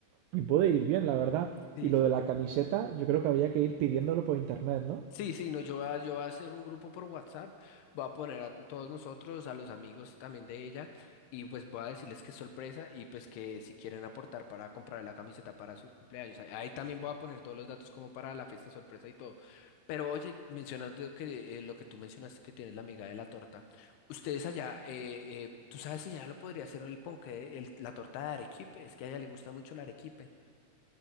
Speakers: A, on the right; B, on the left.
A: y puede ir bien, la verdad.
B: Sí.
A: Y lo de la camiseta, yo creo que habría que ir pidiéndolo por internet, ¿no?
B: Sí, sí, no, yo voy a, yo voy a hacer un grupo por WhatsApp, voy a poner a todos nosotros, a los amigos también de ella, y pues voy a decirles que es sorpresa y pues que si quieren aportar para comprar la camiseta para su cumpleaños. Ahí, ahí también voy a poner todos los datos como para la fiesta sorpresa y todo. Pero oye, mencionas de que, eh, lo que tú mencionaste que tienes la amiga de la torta. Ustedes allá, eh, eh, ¿tú sabes si ya lo podría hacer el ponqué, el- la torta de arequipe? Es que a ella le gusta mucho el arequipe.